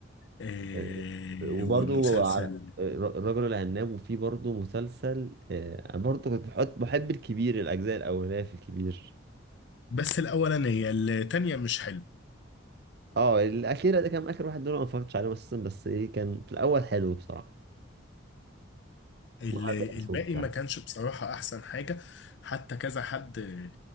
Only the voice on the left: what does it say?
آه
ومسلسل
بس الأولانية التانية مش حلوة
ال-
الباقي
ما كانش بصراحة أحسن حاجة حتى كذا حد آه،